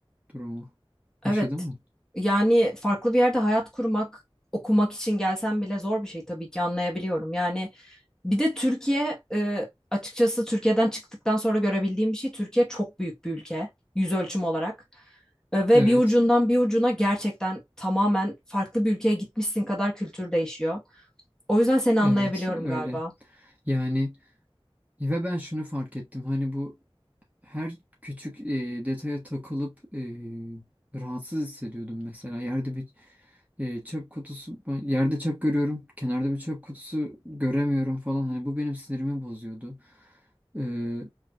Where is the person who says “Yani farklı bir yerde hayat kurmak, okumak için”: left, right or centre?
Centre